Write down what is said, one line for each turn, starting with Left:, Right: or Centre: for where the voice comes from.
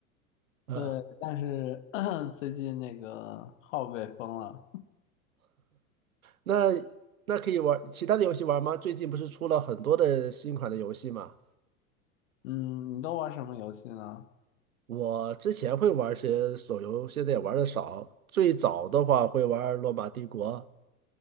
Right: 呃
Left: 对，但是 <clears throat> 最近那个号被封了，
Right: 那那可以玩儿其他的游戏玩吗？最近不是出了很多的新款的游戏嘛？
Left: 嗯，你都玩什么游戏呢？
Right: 我之前会玩些手游，现在也玩的少。最早的话会玩罗马帝国》，